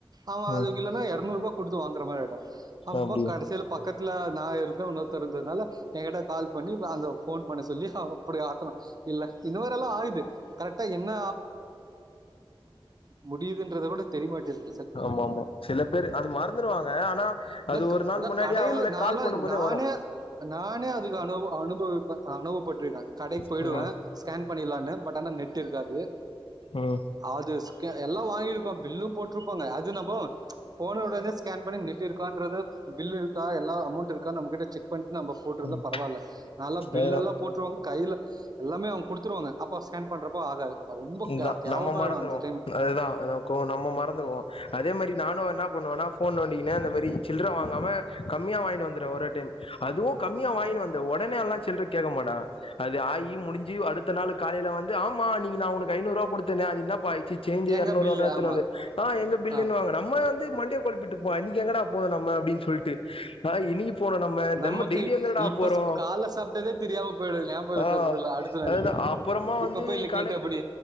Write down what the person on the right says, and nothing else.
ஆமா
அதுக்கு இல்லன்னா எரநூறு ரூபா குடுத்து வாங்குற மாரி ஆயிடு அப்போ
கடைசியில பாக் பக்கத்துல நா எழு இன்னொருத்தர் இருந்ததுனால எங்கிட்ட கால் பண்ணி அஹ் அந்த ஃபோன் பண்ண சொல்லி அப்புடி ஆத்தர இல்ல இந்த மாதிரி எல்லா ஆகுது கரெக்டாக என்ன முடியுதுன்றதை விட தெரியமாட்டேங்குது
இந்த
க-
அதான்
கடையில்
நான்லாம்
நானே
நானே அதுக்கு அனுபவ அனுபவிப்ப அனுபவப்பட் இருக்கே கடைக்கு போயிடுவே
ஸ்கேன் பண்ணிடலான்னு பட் ஆனா நெட் கேல்காது
ஆல் திஸ் எல்லாம் வாங்கிருப, பில்லு போட்டுருப்பாங்க அது நம்ப ப்ச் போன உடனே ஸ்கேன் பண்ணி நெட் இருக்கான்றத பில் இருக்கா எல்லா அமௌன்ட் இருக்கா நமகிட்ட செக் பண்ணி நம்ப போட்ருந்தா
பரவால்ல நல்லா பில்ல
எல்லா போட்டுருவாங்க கைய்ல எல்லாமே அவங் குடுத்துருவாங்க அப்போ ஸ்கேன் போ ஆகாது ரொம்ப
கே கேவலமாயிடும்
அந்த டைம்.
எங்க
பில்லு?
ஆமா,
ஆமா.
நமக்கு
இப்ப
ஸ் காலைல சாப்பிட்டதே தெரியாம போயிடும். ஞாபகம் இருக்கிறதில்ல
அடுத்த நாளைக்கு.
இப்ப
போய் இல்ல
கேட்டு எப்படி?